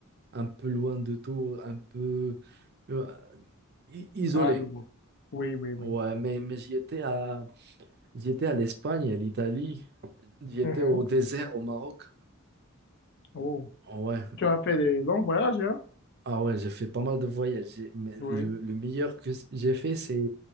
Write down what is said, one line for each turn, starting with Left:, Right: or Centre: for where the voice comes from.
Right: un peu loin de tout, un peu euh, i- isolé.
Left: Ah, je vois. Oui, oui, oui.
Right: Ouais, mais, mais j'y étais à, j'y étais à l'Espagne, à l'Italie, j'y étais
Left: Mhm.
Right: au désert au Maroc.
Left: Oh.
Right: ouais
Left: Tu as fait des longs voyages, hein?
Right: Ah ouais, j'ai fait pas mal de voyages. J'ai- mais
Left: Oui.
Right: Le, le meilleur que j'ai fait, c'est